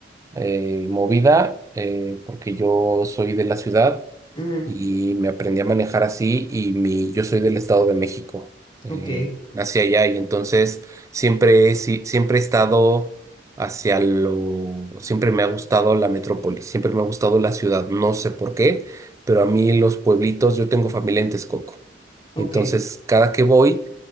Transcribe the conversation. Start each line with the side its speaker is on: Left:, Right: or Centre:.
Right: eh, movida, eh, porque yo soy de la ciudad
Left: ujú,
Right: y me aprendí a manejar así y mi, yo soy del Estado de México, eh,
Left: Ok,
Right: nací allá y entonces siempre, he si- siempre he estado hacia lo, siempre me ha gustado la metrópoli, siempre me ha gustado la ciudad, no sé por qué, pero a mí los pueblitos, yo tengo familia en Texcoco.
Left: ok,
Right: y Entonces, cada que voy,